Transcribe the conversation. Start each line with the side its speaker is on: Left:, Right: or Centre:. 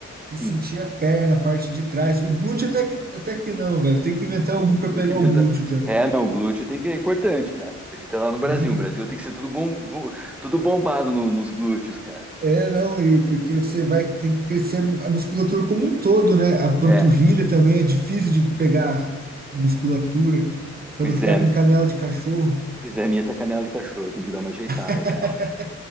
Right: e senti
Centre: Sim,
Right: a perna, a parte de trás. O glúteo até que, até que não, velho. Tem que inventar algum para pegar
Centre: tem que inventar.
Right: o glúteo também.
Centre: É, não, o glúteo tem que é importante, cara. A gente tá lá no Brasil.
Right: E-
Centre: O Brasil tem que ser tudo bom, bo- tudo bombado no- nos glúteos, cara.
Right: É, não, e porque você vai ter que crescer a musculatura como um todo, né? A panturrilha
Centre: É,
Right: também é difícil de pegar musculatura para
Centre: pois
Right: não ficar
Centre: é,
Right: com canela de cachorro.
Centre: pois é, minha tá canela de cachorro, tem que dar uma ajeitada
Right: <laughs>
Centre: nela.